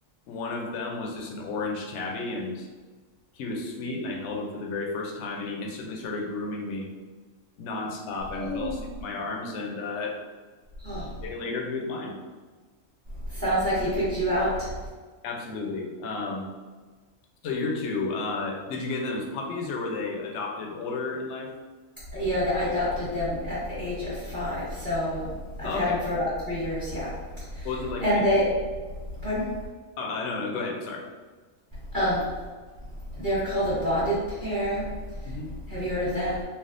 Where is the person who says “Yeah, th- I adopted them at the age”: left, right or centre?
Right